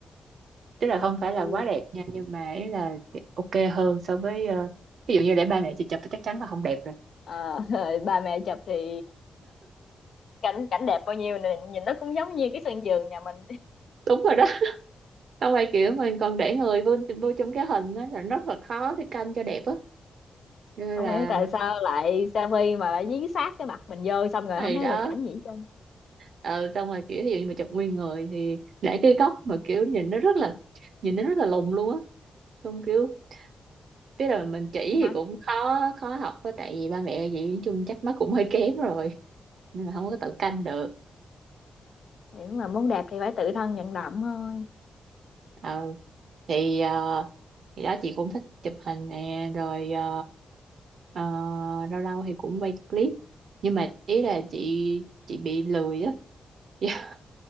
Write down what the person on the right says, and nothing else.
tức là không phải
là quá đẹp nha nhưng mà ý là ok hơn so với ờ, ví dụ như để ba mẹ chị chụp thì chắc chắn là không đẹp rồi
đúng rồi đó xong rồi kiểu mình còn để người vô vô trong cái hình á là rất là khó để canh cho đẹp á nên
là
mình
này
đó
ờ xong rồi kiểu ví dụ như mà chụp nguyên người thì để cái góc mà kiểu nhìn nó rất là nhìn nó rất là lùn luôn á xong kiểu tức là mình chỉ
thì cũng khó khó học á tại vì ba mẹ vậy nói chung chắc mắt cũng hơi kém rồi nên là không có tự canh được
Ờ thì ờ, thì đó chị cũng thích chụp hình nè rồi ờ, ờ, lâu lâu thì cũng quay clip nhưng mà ý là chị chị bị lười á <laughs> Dạ,